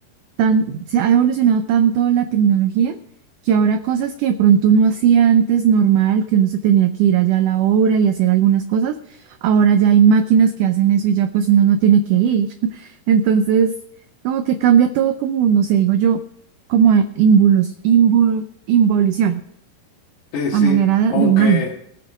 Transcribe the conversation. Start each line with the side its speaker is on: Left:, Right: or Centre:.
Right: tan, se ha evolucionado tanto la tecnología que ahora cosas que de pronto uno hacía antes normal, que uno se tenía que ir allá a la obra y hacer algunas cosas, ahora ya hay máquinas que hacen eso y ya pues uno no tiene que ir. <laughs> Entonces, como que cambia todo como, no sé, digo yo, como a invulos, invul- involución,
Left: sí, sí.
Right: a manera
Left: Aunque,
Right: de humana.